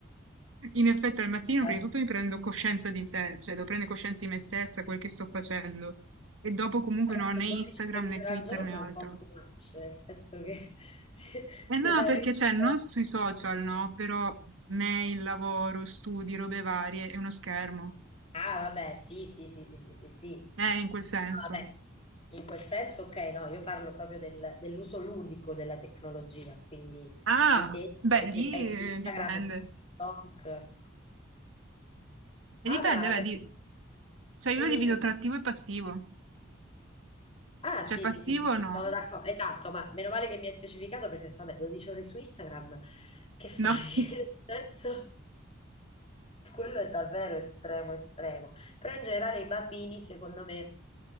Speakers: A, on the right; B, on the left.
A: In effetti al mattino
B: è
A: prima di tutto mi prendo coscienza di sé, cioè devo prendere coscienza di me stessa, quel che sto facendo. E dopo comunque
B: Forse
A: non ho né Instagram
B: 12 13
A: né Twitter
B: ore al giorno
A: né altro.
B: è un po' too much, nel senso che <laughs> si,
A: E
B: si
A: no,
B: esaurisce.
A: perché cioè, non sui social, no, però mail, lavoro, studi, robe varie, è uno schermo.
B: Ah, vabbè, sì, sì, sì, sì, sì, sì, sì.
A: Eh, in quel senso.
B: Ah, Vabbè, in quel senso, ok, no, io parlo proprio del- dell'uso ludico della tecnologia, quindi
A: Ah,
B: di te
A: beh,
B: che
A: lì
B: che sei su
A: eh,
B: Instagram,
A: dipende.
B: su TikTok. Ah,
A: E dipende,
B: vabbè, ma la
A: vedi,
B: persona...
A: cioè io
B: Dimmi,
A: lo divido
B: dimmi.
A: tra attivo e passivo.
B: Ah,
A: Cioè
B: sì,
A: passivo
B: sì, sì, sì, sì,
A: no.
B: sono d'accordo, esatto, ma meno male che mi hai specificato perché ho detto, vabbè, 12 ore su Instagram, che fai?
A: No.
B: <laughs>
A: <laughs>
B: Nel senso, quello è davvero estremo, estremo. Però in generale i bambini, secondo me,